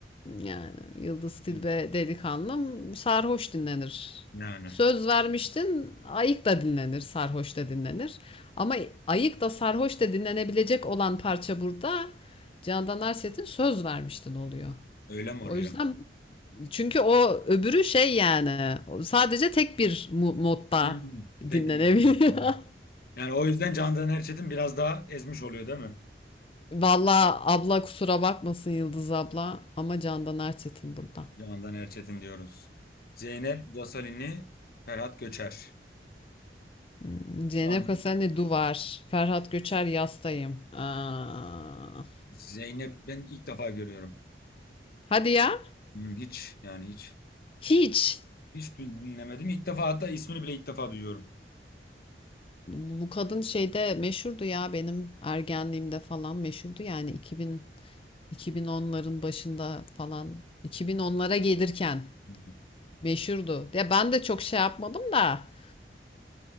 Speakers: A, on the left (about 30°); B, on the left (about 55°).
A: yani Yıldız Tilbe
B: Hı.
A: delikanlım sarhoş dinlenir.
B: Yani
A: Söz vermiştin, ayık da dinlenir, sarhoş da dinlenir. Ama ayık da sarhoş da dinlenebilecek olan parça burada Candan Erset'in söz vermiştin oluyor.
B: öyle mi
A: O
B: oluyor?
A: yüzden çünkü o öbürü şey yani sadece tek bir mu- modda
B: Hmm. Tek
A: dinlenebiliyor.
B: bir bakıyor.
A: <laughs>
B: Yani o yüzden Candan Erçetin biraz daha ezmiş oluyor değil mi?
A: Vallahi abla kusura bakmasın Yıldız abla ama Candan Erçetin burada.
B: Candan Erçetin diyoruz. Zeynep Gasalini, Ferhat Göçer.
A: Hmm,
B: Şu
A: Zeynep
B: an
A: Kasani Duvar, Ferhat Göçer Yastayım. Aa.
B: Zeynep ben ilk defa görüyorum.
A: Hadi ya.
B: Hmm, Hiç yani hiç.
A: Hiç.
B: Hiç dinlemedim. İlk defa hatta ismini bile ilk defa duyuyorum.
A: Bu kadın şeyde meşhurdu ya benim ergenliğimde falan meşhurdu yani 2000 2010'ların başında falan 2010'lara gelirken
B: Hmm.
A: Meşhurdu. Ya ben de çok şey yapmadım da